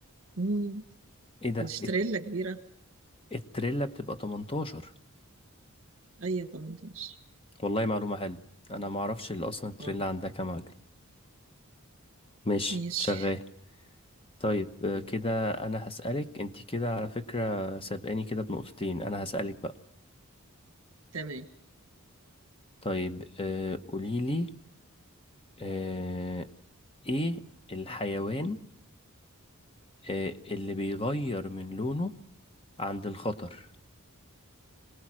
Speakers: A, on the right (about 65°); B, on the left (about 25°).
A: مم.
B: ايه ده
A: نشتريلا كبيرة
B: التريلا بتبقى 18
A: أيوة تمنتاشر
B: والله معلومة حلوة انا ما اعرفش اللي اصلا التريلا
A: اه
B: عندها كام عجل ماشي
A: ماشي
B: شغال طيب آه، كده انا هسألك انت كده على فكرة سابقاني كده بنقطتين انا هسألك بقى
A: تمام
B: طيب آه، قوليلي آه، ايه الحيوان آه، اللي بيغير من لونه عند الخطر